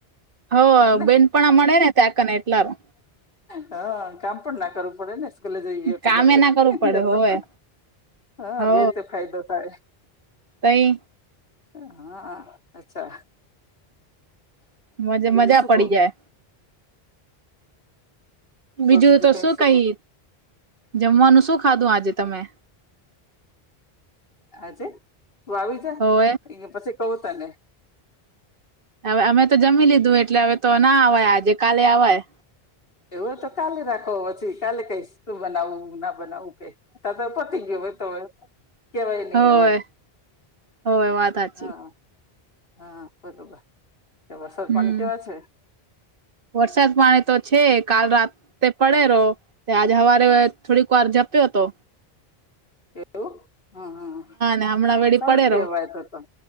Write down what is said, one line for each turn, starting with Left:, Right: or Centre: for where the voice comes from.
Right: હોવે
Left: એમને
Right: બેનપણા મળે ને ત્યાં કને એટલા હારુ.
Left: હ કામ પણ ના કરવું પડે ને સ્કૂલે જઈએ વધારે
Right: કામે ના કરવું પડે
Left: ઘરનું
Right: હોવે
Left: હા
Right: હો
Left: બે રીતે ફાયદો થાય.
Right: તઈ
Left: હા અચ્છા.
Right: મજા
Left: બીજું
Right: મજા
Left: શું
Right: પડી
Left: કહો
Right: જાય. બીજું
Left: કો
Right: તો
Left: કઈ
Right: શું કહી
Left: કહો
Right: જમવાનું શું ખાધું આજે તમે.
Left: આજે તું આવી જા
Right: હોવે
Left: ઇયા પછી કઉ તને.
Right: હવે અમે તો જમી લીધું એટલે હવે તો ના આવાય આજે કાલે આવાય.
Left: એવું તો કાલે રાખો પછી કાલે કઈશ શું બનાવવું ના બનાવવું કે. અતાર પતી ગયુ હોય તો કેવાય નહી
Right: હોવે
Left: હવે.
Right: હોવે વાત હાચી.
Left: હા હા બરોબર ત્યાં વરસાદ
Right: હમ
Left: પાણી કેવા છે.
Right: વરસાદ પાણી તો છે કાલ રાત તે પડે રો. તે આજે હવારે થોડીક વાર જપ્યો હતો.
Left: એવું હા હા હા
Right: ને હમણાં વેડી
Left: સારું
Right: પડેરો
Left: કેવાય તો તા.